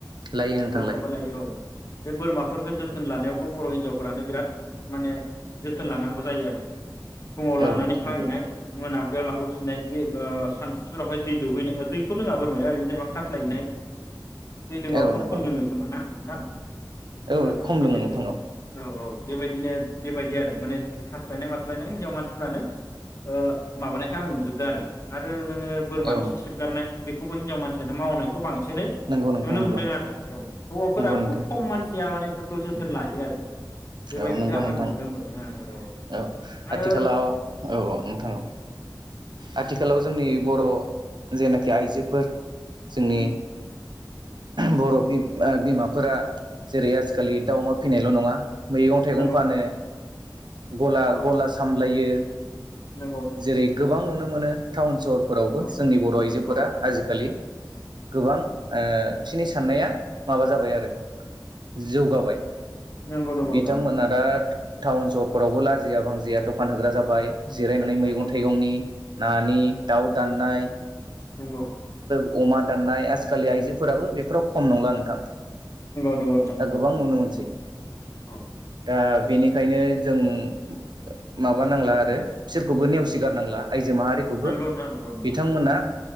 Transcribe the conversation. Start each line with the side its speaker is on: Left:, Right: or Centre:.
Right: लायो नोंथां
Left: बोरमाबो लायो औ । बे बोरमाफोरगो जोथोन लानायावबो बर' हिनजावफोरानो बिराद माने जोथोन लानांगौ जायो आरो । फुङाव लांनानै
Right: औ नोंथां
Left: खाहैनाय
Right: नंगौ
Left: मोना बेयाव लाबोफिननाय गेबा सानस सुरावहाय दै दौहैनाय दैथ' लोङा बोरमाया ओरैनो जेनेबा खास्लायैनाय दै लोंबाबा
Right: औ
Left: बहुद
Right: नंगौ
Left: खम लोङो खोमा ना । नोंथां ।
Right: औ
Left: ओ
Right: खम
Left: बेबायदि
Right: लोङो नोंथां
Left: औ औ । बेबायदिनो बेबायदि आरो माने खास्लायनाय मास्लायनाय हिनजाव मानसिफ्रानो ओ माबानायखौ आं नुजोबदों आरो आरो नोङो बोरमा
Right: औ
Left: खि
Right: नोंथां
Left: सिबगारनाय बेखौबो हिनजाव मानसियानो मावनायखौ बां सिनै
Right: नंगौ नोंथां
Left: नुनो
Right: नंगौ
Left: मोनदों आरो औ हौवाफोरा
Right: नंगौ नोंथां
Left: खुब खम मानसिया माने खौ जोथोन लायो आरो बेबायदिखौ
Right: औ नंगौ नोंथां
Left: आं नुनो मोनबोदों आरो
Right: औ
Left: आरो
Right: आथिखालाव औ औ नोंथां औ आथिखालाव जोंनि बर' जेनाखि आइजोफोर जोंनि
Left: उम
Right: बर' बिमा बिमाफोरा जेरै आजिखालि दाउ अमा फिसिनायल' नङा। मैगं थाइगं
Left: नंगौ
Right: फानो।
Left: नोंथां
Right: गला
Left: औ
Right: गला सामलायो ।
Left: नंगौ नोंथां
Right: जेरै गोबां नुनो मोनो। मोनो टाउन सहर फोरावबो
Left: औ
Right: जोंनि बर' आइजोफोरा
Left: औ
Right: आजिखालि गोबां ओ बिसिनि साननाया माबा जाबाय आरो जौगाबाय।
Left: नंगौ नंगौ
Right: बिथांमोना
Left: नोंथां नंगौ
Right: दा टाउन सहरफोरावबो लाजिया भांजिया दखान होग्रा जाबाय। जिरायनानै
Left: नंगौ
Right: मैगं-
Left: नोंथां
Right: थाइगंनि, नानि, दाउ दाननाय ।
Left: नोंगौ।
Right: अमा दाननाय आजिखालि आइजोफोराबो बेफोराव खम नंला नोंथां ।
Left: नंगौ नोंथां
Right: दा
Left: नंगौ
Right: गोबां
Left: नंगौ
Right: नुनो मोनसै
Left: औ
Right: दा बेनिखायनो जों म-म-माबानांला आरो बिसोरखौबो नेवसिगारनांला । आइजो माहारिखौबो
Left: नंगौ नंगौ नोंथां
Right: बिथांमोना